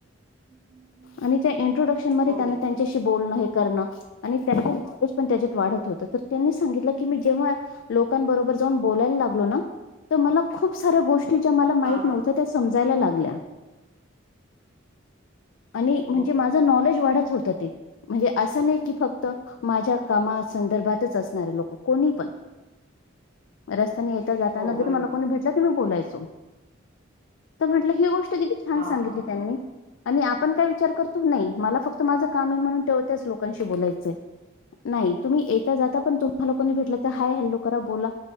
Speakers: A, on the right; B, on the left.
A: हम्म
B: आणि त्या इंट्रोडक्शन मध्ये
A: हो
B: त्यांन
A: हो
B: त्यांच्याशी बोलणं हे करणं आणि त्यां नॉलेज पण त्याच्यात वाढत होतं. तर त्यांनी सांगितलं की मी जेव्हा लोकांबरोबर जाऊन बोलायला लागलो ना, तर मला खूप साऱ्या गोष्टी ज्या मला माहित
A: हां, हां.
B: नव्हत्या त्या समजायला लागल्या. आणि
A: हो,
B: म्हणजे माझ
A: हो,
B: नॉलेज
A: हो.
B: वाढत होत ते. म्हणजे असं नाही की फक्त माझ्या कामा संदर्भातच असणारे लोक कोणी पण, रस्त्याने जाताना
A: हो,
B: जरी
A: बरोबर
B: मला
A: आहे.
B: कोणी भेटलं तर मी बोलायचो. तर म्हटलं ही गोष्ट किती छान
A: हां,
B: सांगितली
A: हां,
B: त्यांनी.
A: हां.
B: आणि आपण काय विचार करतो. नाही मला फक्त माझं काम आहे म्हणून ठेवतच लोक लोकांशी बोलायचय, नाही तुम्ही येता जाता पण तुम्हांला कोणी भेटलं त हाय हल्लो करा बोला